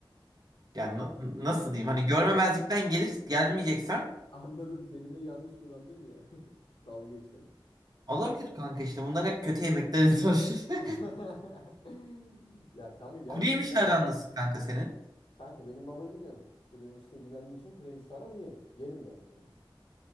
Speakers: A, on the right; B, on the left.
A: Yani na-
B: <laughs>
A: nasıl diyeyim? Hani görmemezlikten gelir gelmeyeceksem
B: Anladım. Kelimeyi yanlış kullandın ya. <laughs> Dalga geçiyorum.
A: olabilir kanka işte. Bunlar hep kötü yemeklerin sonuçları.
B: <laughs> Ya
A: <laughs>
B: kanka gerçekten
A: Kuru yemişlerden nasıl kanka senin?
B: kanka benim babayı biliyorsun. Kuru yemişle ilgilendiği için kuru yemişle aram iyi. Yerim yani kuru yemiş.